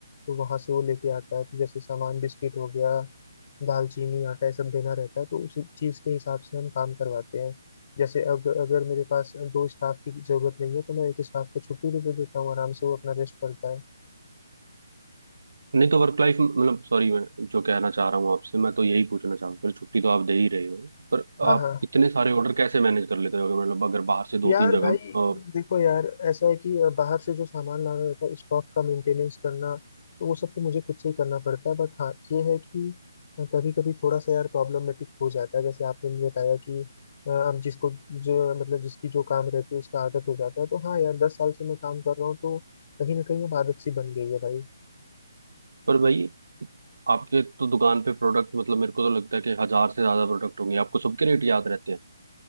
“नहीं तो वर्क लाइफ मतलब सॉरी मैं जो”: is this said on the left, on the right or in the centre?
Right